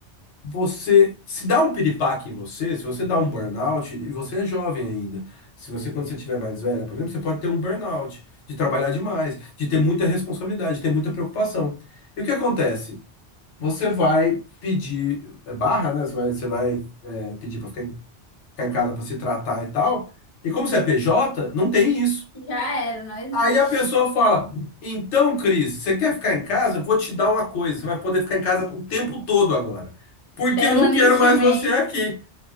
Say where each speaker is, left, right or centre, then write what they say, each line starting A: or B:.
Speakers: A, on the left (about 85°); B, on the left (about 30°).
A: você se dá um piripaque em você, se você dá um burnout, e você é jovem ainda. Se você, quando você estiver mais velha, por exemplo, você pode ter um burnout, de trabalhar demais, de ter muita responsabilidade, de ter muita preocupação. E o que acontece? Você vai pedir é, barra, né? Você vai, você vai é, pedir para ficar em, ficar em casa para se tratar e tal. E como você é PJ, não tem isso.
B: Já era, não existe.
A: Aí a pessoa fala: Então, Cris, você quer ficar em casa? Eu vou te dar uma coisa. Você vai poder ficar em casa o tempo todo agora. Porque
B: Permanentemente.
A: eu não quero mais você aqui.